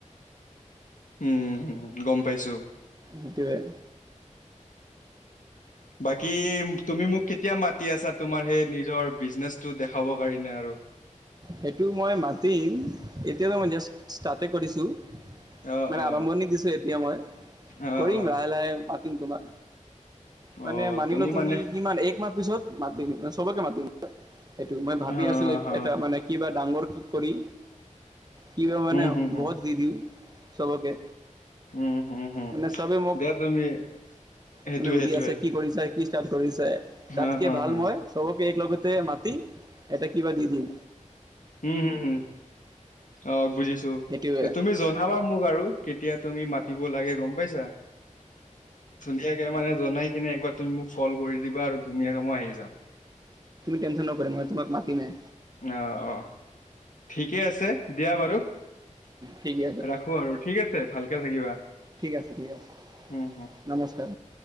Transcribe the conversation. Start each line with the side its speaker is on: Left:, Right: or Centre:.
Left: উম' হম গম পাইছো।
Right: সেইটোৱে।
Left: বাকী তুমি মোক কেতিয়া মাতি আছা তোমাৰ সেই- নিজৰ বিজনেচ টো দেখাব কাৰণে আৰু?
Right: সেইটো মই মাতিম এতিয়াতো মই জাষ্ট ষ্টাৰ্টে কৰিছো।
Left: অ
Right: মানে
Left: অ
Right: আৰম্ভণি দিছে এতিয়া। মই
Left: অ
Right: কৰিম
Left: অ
Right: লাহে, লাহে মাতিম তোমাক। মানে
Left: অ
Right: মানিল' তুমি
Left: মানে
Right: কিমান এক- মাহ পিছত মাতিম চবকে মাতিম এইটো মই ভাবি
Left: হ
Right: আছো
Left: হ
Right: এটা মানে কিবা ডাঙৰ- কি কৰি কিবা মানে
Left: উম হম হম
Right: বহুত দি দিওঁ চবকে।
Left: উম হম হম
Right: মানে চবেই মোক
Left: দিয়া তুমি সেইটোয়ে
Right: মানে সুধি
Left: সেইটোয়ে
Right: আছে কি কৰিছা। কি ষ্টাৰ্ট কৰিছে।
Left: হা
Right: তা'তকে
Left: হা
Right: ভাল
Left: হা
Right: মই চবকে একেলগতে মা- তি এটা কিবা দি দিম।
Left: উম হম হম অ বুজিছো।
Right: সেইটোৱে
Left: তুমি জনাবা মোক আৰু কেতিয়া তুমি মাতিব লাগে গম পাইছা? ধুনীয়াকে মানে জনাই কিনে একবাৰ- তুমি মোক ক'ল কৰি দিবা আৰু ধুনীয়াকে মই আহি যাম।
Right: টেনচন নকৰিম মই তোমাক মাতিমেই।
Left: অঁ অঁ। ঠিকে আছে দিয়া বাৰু 'ৰাখো'
Right: ঠিকে আছে,
Left: আৰু ঠিক আছে ভালকে থাকিবা।
Right: ঠিক আছে ঠিক আছে
Left: উম হম
Right: নমস্কাৰ